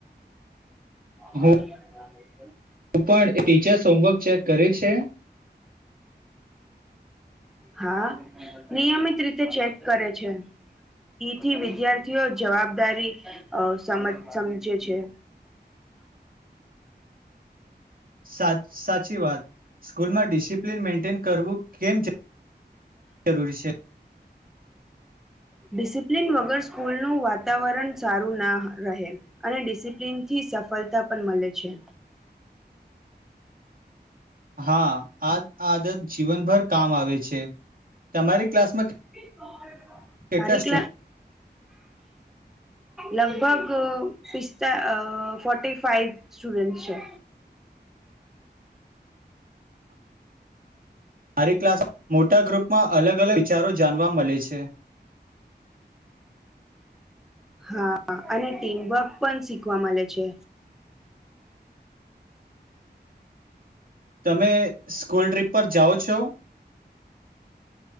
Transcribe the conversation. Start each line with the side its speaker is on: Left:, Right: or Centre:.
Centre: હ
Right: હું
Centre: <unintelligible>
Right: પણ ટીચર્સ હોમવર્ક ચેક કરે છે?
Centre: હા! નિયમિત રીતે ચેક કરે છે. ઈથી વિદ્યાર્થીઓ જવાબદારી અ સમજ સમજે છે.
Right: સાત સાચી વાત સ્કૂલમાં ડી ડિસિપ્લન મેઇન્ટેન કરવું કેમ જરૂરી છે.
Centre: ડિસિપ્લિન વગર સ્કૂલનું વાતાવરણ સારું ના રહે અને ડિસિપ્લિનથી સફળતા પણ મલે છે.
Right: હા! આ આદત જીવનભર કામ આવે છે. તમારી ક્લાસમાં
Centre: એ <unintelligible>
Right: કેટલા
Centre: તારીખ
Right: સ્ટુડ
Centre: લગભગ પિસ્તા અ ફોર્ટી ફાઈવ સ્ટુડન્ટ્સ છે.
Right: મારી ક્લાસ મોટા ગ્રુપમાં અલગ-અલગ વિચારો જાણવા મલે છે.
Centre: હા! અને ટીમવર્ક પણ શીખવા મલે છે.
Right: તમે સ્કૂલ ટ્રિપ પર જાઓ છો